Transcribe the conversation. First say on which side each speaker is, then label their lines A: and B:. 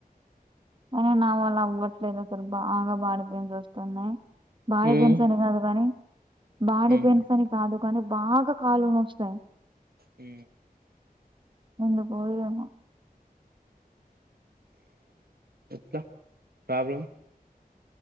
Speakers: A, on the right (about 30°); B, on the right (about 80°).
A: అని నావల్ల అవ్వట్లేదు అసలు బాగా బాడీ పెయిన్స్ వస్తున్నాయ్ బాడి
B: ఉమ్
A: పెయిన్స్ అని గాదు గని బాడీ
B: ఉమ్
A: పెయిన్స్ అని కాదు కానీ బాగా కా కాళ్ళు నొస్తాయ్
B: హు
A: నింద పోయేము
B: ఎట్లా ప్రాబ్లం